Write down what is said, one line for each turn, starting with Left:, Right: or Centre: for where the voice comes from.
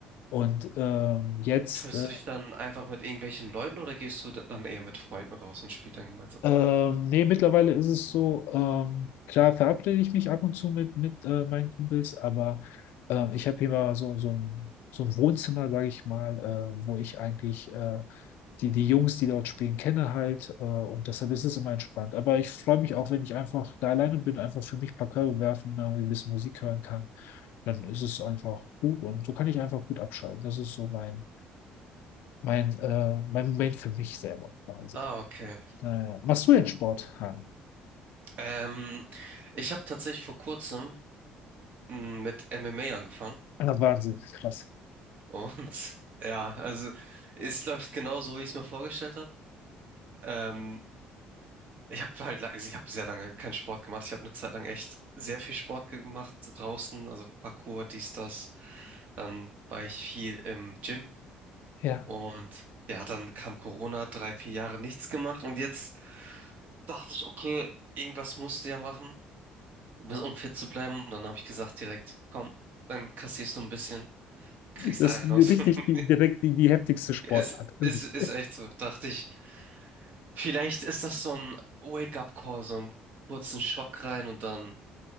Left: Und ähm, jetzt.
Right: Triffst
Left: äh,
Right: du dich dann einfach mit irgendwelchen Leuten oder gehst du dann eher mit Freunden raus und spielt dann gemeinsam?
Left: Ähm, nee, mittlerweile ist es so, ähm, klar verabrede ich mich ab und zu mit, mit äh, meinen Kumpels, aber ähm, ich habe hier mal so, so ein, so ein Wohnzimmer, sage ich mal, äh, wo ich eigentlich äh, die, die Jungs, die dort spielen, kenne halt äh, und deshalb ist es immer entspannt. Aber ich freue mich auch, wenn ich einfach da alleine bin, einfach für mich ein paar Körbe werfen, irgendwie ein bisschen Musik hören kann, dann ist es einfach gut und so kann ich einfach gut abschalten. Das ist so mein, mein, äh, mein Moment für mich selber quasi.
Right: Ah, okay.
Left: Naja. Machst du denn Sport, Han?
Right: Ähm, ich habe tatsächlich vor kurzem m, mit MMA angefangen
Left: Ah, Wahnsinn, krass.
Right: und <laughs> ja, also es läuft genau so, wie ich es mir vorgestellt habe. Ähm, ich habe halt, lang- ich habe sehr lange keinen Sport gemacht. Ich habe eine Zeit lang echt sehr viel Sport gemacht draußen, also Parkour, dies, das. Dann war ich viel im Gym
Left: Ja.
Right: und ja, dann kam Corona, drei, vier Jahre nichts gemacht und jetzt dachte ich, okay, irgendwas musst du ja machen, um fit zu bleiben. Und dann habe ich gesagt direkt, komm, dann kassierst du ein bisschen, kriegst
Left: Das
Right: einen
Left: ist
Right: aus.
Left: richtig
Right: <laughs>
Left: die, direkt die, die heftigste Sportart.
Right: Es
Left: Irgendwie.
Right: ist, ist echt so, dachte ich. Vielleicht ist das so ein Wake-up-Call, so einen kurzen Schock rein und dann.